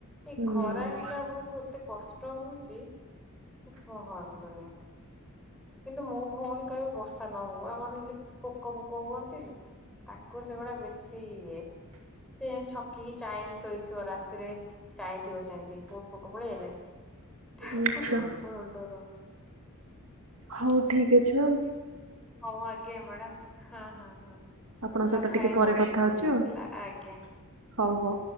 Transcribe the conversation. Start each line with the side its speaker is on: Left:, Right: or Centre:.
Centre: ଏଇ
Right: ହୁଁ।
Centre: ଖରା ହେଲା ବେଳକୁ ଏତେ କଷ୍ଟ ହଉଚି। କୁହନ୍ତୁନି। କିନ୍ତୁ ମୋ ଭଉଣୀ କହିବେ ବର୍ଷା ନ ହଉ ଆମର <unintelligible> ପୋକ ଫୋକ ହୁଅନ୍ତି ତାକୁ ସେଗଡା ପା ବେଶୀ ଇଏ ସେଯାଏ ଛକିକି ଚାହିଁକି ଶୋଇଥିବ ରାତିରେ ଥିବ ସେମିତି କୋଉଠି ପୋକ ପଳେଇ ଆଲାଣି ତାକୁ
Right: ଆଚ୍ଛା
Centre: ପ୍ରବଳ ଡର।
Right: ହଉ ଠିକ୍ ଅଛି ମ୍ୟାମ।
Centre: ହଉ ଆଜ୍ଞ ମ୍ୟାଡ଼ାମ୍ ହଁ ହଁ ହଁ।
Right: ଆପଣଙ୍କ ସହିତ
Centre: କଥା
Right: ଟିକେ
Centre: ହେଇ
Right: ପରେ
Centre: ବହୁତ
Right: କଥା
Centre: ଭଲ
Right: ହଉଛି
Centre: ଲାଗିଲା
Right: ଆଉ
Centre: ଆଜ୍ଞା।
Right: ହଉ ହଉ।